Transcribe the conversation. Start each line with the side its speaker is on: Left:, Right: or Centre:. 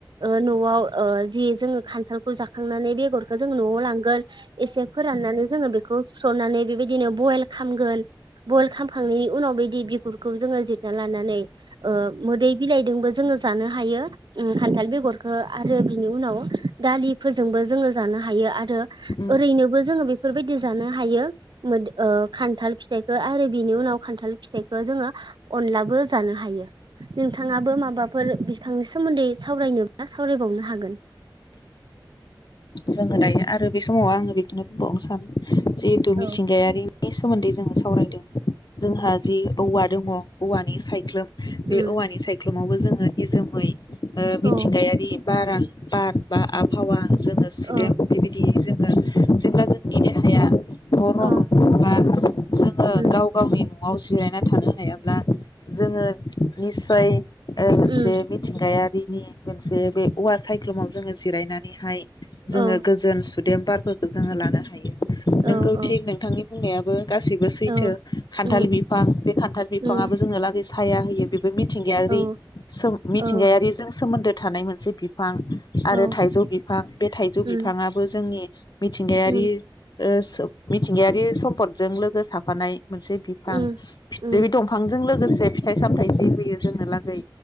Right: ओ न'आव ओ जि जोङो खान्थालखौ जाखांनानै बेगरखौ जोङो न'आव लांगोन एसे फोराननानै जोङो बेखौ सुस्रनानै बेबायदिनो बइल खालामगोन बयल खालामखांनायनि उनाव बिदि बिगुरखौ जोङो जिरना लानानै ओ मोदै बिलाइदोंबो जोङो जानो हायो उम खान्थाल बेगरखो आरो बिनि उनाव दालिफोरजोंबो जोङो जानो हायो आरो
Left: उम
Right: ओरैनोबो जोंङो बेफोरबायदि जानो हायो ओ खान्थाल फिथाइखौ आरो बिनि उनाव खान्थाल फिथाइखौ जोंङो अनलाबो जानो हायो नोंथाङाबो माबाफोर बिफांनि सोमोन्दै सावरायनोब्ला सावरायबावनो हागोन
Left: जोंङो दायो आरो बे समाव आङो बेखौनो बुंबावनो सानो जिहेथु
Right: औ
Left: मिथिंगायारि नि सोमोन्दै जोंङो सावरायदों जोंहा जि औवा दङ औवानि सायख्लुम
Right: उम
Left: बे औवानि सायख्लुम समावबो जोंङो निजोमै ओ
Right: औ
Left: मिथिंगायारि बारा बार बा आबहावा जोंङो
Right: औ
Left: सुदेम बेबायदि जोंङो जेब्ला जोंनि देहाया गरम
Right: औ
Left: बा जोंङो
Right: उम
Left: गाव गावनि न न'आव जिरायना थानो हायाब्ला जोंङो निसय ओ मोनसे
Right: उम
Left: मिथिंगायारिनि मोनसे बे औवा सायख्लुमाव जोंङो जिरायनानैहाय जोंङो
Right: औ
Left: गोजोन सुदेमबारफोरखौ जोङो लानो हायो।
Right: औ
Left: नंगौ
Right: औ
Left: थिग नोंथांनि होननायाबो। गासिबो सैथो
Right: औ
Left: खान्थाल
Right: उम
Left: बिफां बे खान्थाल बिफाङाबो
Right: उम
Left: जोङो लागै साया होयो बे मिथिंगायारि
Right: औ
Left: मिथिंगायारिजों
Right: औ
Left: सोमोन्दो थानाय मोनसे बिफ बिफां
Right: औ
Left: आरो थाइजौ बिफां बे थाइजौ
Right: उम
Left: बिफाङाबो जोंनि मिथिंगायारि
Right: उम
Left: ओ सोब मिथिंगायारि सम्पदजों लोगो थाफानाय मोनसे बिफां
Right: उम उम
Left: बे दंफांजों लोग लोगोसे फिथाइ सामथाइ जि होयो जोंनो लागै